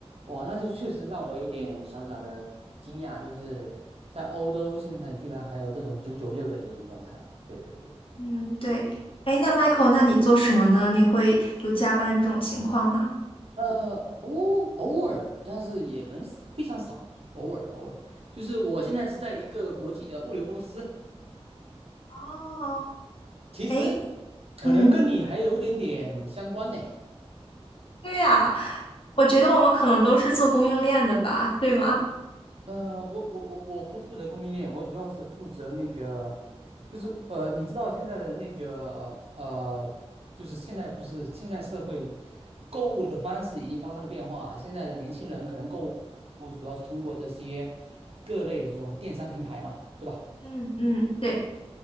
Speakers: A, on the right; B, on the left.
A: 哇，那就确实让我有点小小的惊讶，就是在欧洲现在居然还有这种九九六的一种状态。对对对，
B: 嗯，对。哎，那 Michael，那你做什么呢？你会有加班的这种情况吗？
A: 呃，偶偶尔，但是也很 s- 非常少，偶尔偶尔。就是我现在是在一个国际的物流公司，
B: 哦，
A: 其实
B: 哎，
A: 可能跟你还有点点相关呢。
B: 嗯，对呀，我觉得我们可能都是做供应链的吧，对吗？
A: 呃，我我我我不负责供应链，我主要是负责那个，就是呃，你知道现在的那个呃，就是现在不是现在社会购物的方式已经发生了变化，现在的年轻人可能购物主要是通过这些各类的这种电商平台嘛，对吧？
B: 嗯嗯，对，